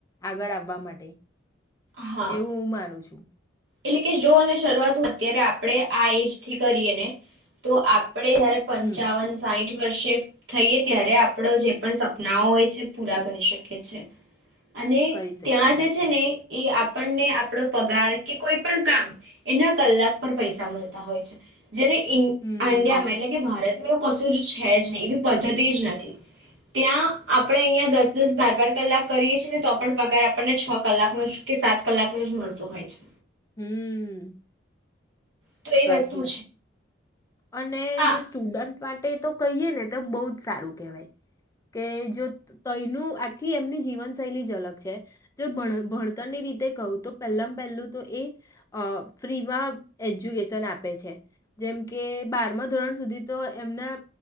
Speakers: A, on the left; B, on the right.
A: આગળ આવવા માટે.
B: હા
A: એવું હું માનું છું.
B: એટલે કે જો અને શરૂઆત અત્યારે આપણે આ એજ થી કરી અને તો આપ આપણે જયારે પંચાવન,
A: હમ
B: સાહીઠ ઠ વર્ષે થઈએ ત્યારે આપણ જે પણ સપનાઓ હોય છે પૂરા કરી શકીએ છે. અને
A: કરી શકીએ
B: ત્યાં
A: સાચી
B: જે છે
A: વાત
B: ને એ આપ આપણને આપણો પગાર કે કોઈ પણ કામ એના કલાક પર પૈસા મળતા હોય છે. જયારે ઈન
A: હમ
B: અંડિયામાં એટલે કે ભારત કશું જ છે જ નહી એવી પદ્ધતિ જ નથી. ત્યાં આપણે અહિયાં દસ દસ બાર બાર કલાક કરીએ છી ને તો પણ પગાર આપણને છ કલાકનો જ કે સાત કલાક ન જ મળતો હોય છે.
A: હમ્મ.
B: તો એ
A: સાચી
B: વસ્તુ
A: વાત છે અને
B: હા
A: જે સ્ટુડન્ટ મા તો કહીએ ને તો બહુ જ સારું કહેવાય કે જો તયનું આખી એમની જીવનશૈલી જ અલગ છે. જો ભણ ભણતરની રીતે કહું તો પહેલા પહેલું એ અ ફ્રીમાં એજ્યુકેશન આપે છે. જેમ કે બારમાં ધોરણ સુધી તો એમના